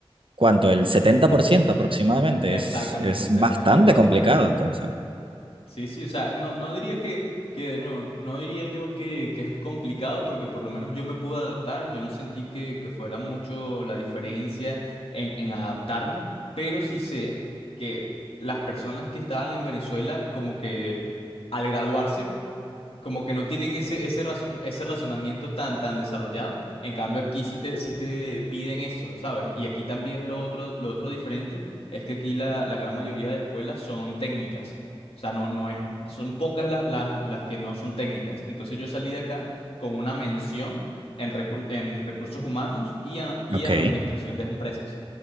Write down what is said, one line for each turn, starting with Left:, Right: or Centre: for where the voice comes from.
Right: cuánto, el 70% aproximadamente,
Left: Exactamente,
Right: es, es
Left: exactamente.
Right: bastante
Left: Más,
Right: complicado entonces.
Left: sí, sí, o sea, no, no diría que, que de nuevo, no diría yo que, que es complicado porque por lo menos yo me pude adaptar, yo no sentí que, que fuera mucho la diferencia en, en adaptarme, pero sí sé que las personas que estaban en Venezuela como que al graduarse como que no tienen ese, ese, razo- ese razonamiento tan, tan desarrollado. En cambio, aquí sí te, sí te piden eso, ¿sabes? Y aquí también lo otro, lo otro diferente es que aquí la, la gran mayoría de escuelas son técnicas. O sea, no, no hay, son pocas la- la- las que no son técnicas. Entonces yo salí de acá con una mención en, recur- en recursos humanos y, a- y
Right: Ok.
Left: en administración de empresas.